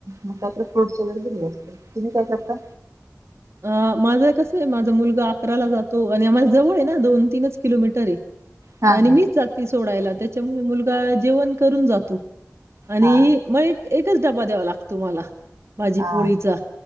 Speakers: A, on the right; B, on the right.
A: मगत फ्रूटस वगैरे दिले असते तुम्ही काय करता
B: अ माझं कस आहे माझा मुलगा अकराला जातो आणि आम्हाला जवळ आहे ना दोन तीनच किलोमीटर आहे
A: हा हा
B: आणि मीच जाती सोडायला त्याच्यामुळे मुलगा जेवण करून जातो आणि
A: हा
B: मग एक एकच डबा द्यावा लागतो मला माझी
A: हा
B: पोळीचा